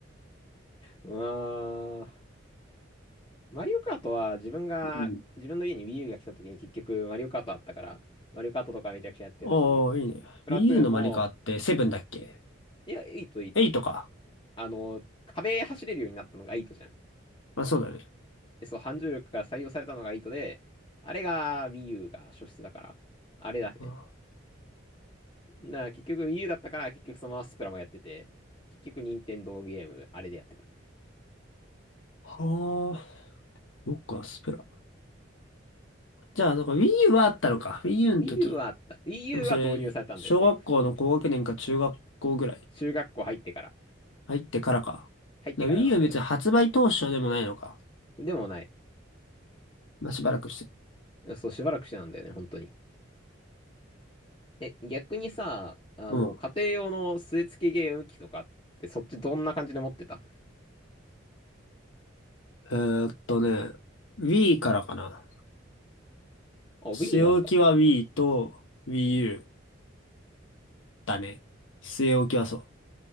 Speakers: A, on the left (about 25°); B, on the left (about 75°).
A: うーん。マリオカートは自分が、
B: うん。
A: 自分の家に Wii U が来た時に結局マリオカートあったから、マリオカートとかめちゃくちゃやってたし、
B: おー、いいね。
A: スプラトゥーンも、
B: Wii U のマリカってセブンだっけ
A: いや、いいといいと。
B: エイトか。
A: あのー壁走れるようになったのがいいとじゃん。
B: まあ、そうだね。
A: でそう、反重力が採用されたのがいいとで、あれが Wii U が初出だから、あれだね。
B: あ
A: なあ、結局 Wii U だったから、結局そのままスプラもやってて、結局任天堂ゲーム、あれでやってた。
B: はあ、
A: いや
B: そっか、スプラ。じゃあ、なんか Wii U はあったのか。Wii U
A: Wii
B: の時。
A: U はあった。Wii U
B: でもそれ、
A: は導入されたんだよ、
B: 小学校の高学年か中学校ぐらい
A: そう。中学校入ってから。
B: 入ってからか。
A: 入ってからなんだよ。
B: だから Wii U は別に発売当初でもないのか。
A: でもない。
B: まあ、しばらくして。
A: そう、しばらくしてなんだよね、本当に。え、逆にさ、あの、
B: うん。
A: 家庭用の据え付けゲーム機とかって、そっちどんな感じで持ってた
B: えーっとね、Wii からかな。
A: あ、
B: 据え置きは
A: Wii なんだ。
B: Wii と Wii U だね。据え置きはそう。